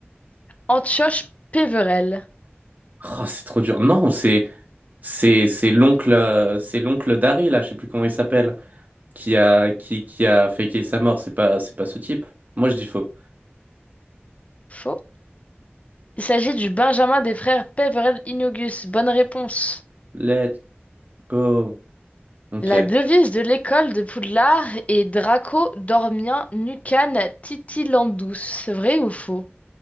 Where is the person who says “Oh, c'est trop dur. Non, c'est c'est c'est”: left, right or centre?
Right